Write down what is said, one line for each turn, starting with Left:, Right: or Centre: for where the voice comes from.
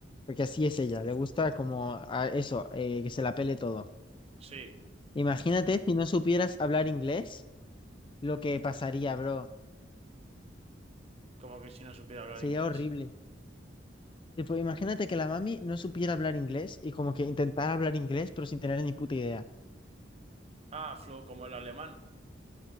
Left: porque así es ella, le gusta como a eso, eh, que se la pele todo.
Right: sí,
Left: Imagínate si no supieras hablar inglés, lo que pasaría, bro,
Right: como que si no supiera hablar
Left: sería
Right: inglés.
Left: horrible. Tipo, imagínate que la mami no supiera hablar inglés y como que intentara hablar inglés, pero sin tener ni puta idea.
Right: Ah, flow, como el alemán.